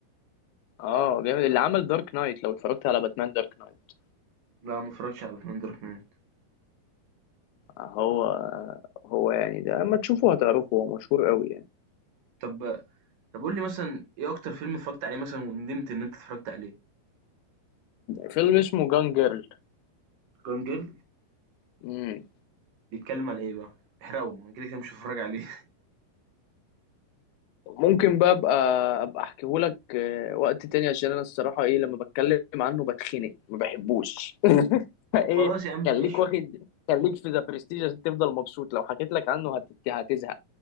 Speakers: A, on the left; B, on the right.
A: اه جامد اللي عمل دارك نايت لو اتفرجت على باتمان دارك نايت
B: لا ما اتفرجتش على باتمان دارك نايت
A: هو هو يعني ده اما تشوفه هتعرفه هو مشهور قوي يعني
B: طب طب قول لي مثلا ايه اكتر فيلم اتفرجت عليه مثلا وندمت ان انت اتفرجت عليه
A: فيلم اسمه جان جيرل
B: جون جيرل
A: مم.
B: بيتكلم على ايه بقى احرقه انا كده كده مش هتفرج عليه
A: ممكن بقى ابقى ابقى احكيهولك آه، وقت تاني عشان انا الصراحه ايه لما بتكلم عنه بتخنق ما بحبوش <laughs>
B: <laughs>
A: ايه
B: طب خلاص يا عم ماشي
A: خليك واخد خليك في ذا برستيج عشان تفضل مبسوط لو حكيت لك عنه هت... هتزهق